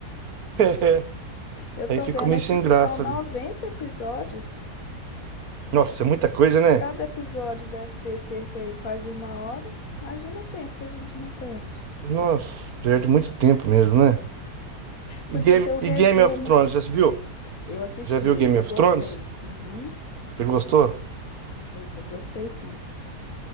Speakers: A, on the right; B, on the left.
A: <laughs>
B: Eu tô
A: Aí ficou
B: vendo
A: meio
B: aqui
A: sem
B: que
A: graça
B: são 90
A: ali.
B: episódios.
A: Nossa, é muita coisa, né?
B: Cada episódio deve ter cerca aí quase uma hora. Imagina o tempo que a gente não perde.
A: Nossa, perde muito tempo mesmo, né? E
B: Podia
A: Game,
B: ter um resumo.
A: e Game of Thrones, já se viu?
B: Eu assisti,
A: Já viu
B: esse
A: Game
B: eu
A: of
B: gostei.
A: Thrones?
B: Uhum,
A: Você gostou?
B: esse eu gostei sim.